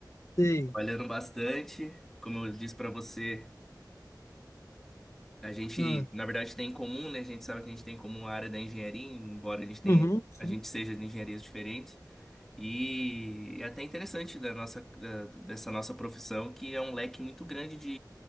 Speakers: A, on the left; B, in the centre.
A: Sei.
B: Trabalhando bastante. Como eu disse pra você, a gente,
A: Ah,
B: na verdade, tem em comum, né? A gente sabe que a gente tem em comum a área da engenharia, embora a gente tenha,
A: uhum, sim,
B: a gente seja de engenharias diferentes. E é até interessante da nossa, da- dessa nossa profissão, que é um leque muito grande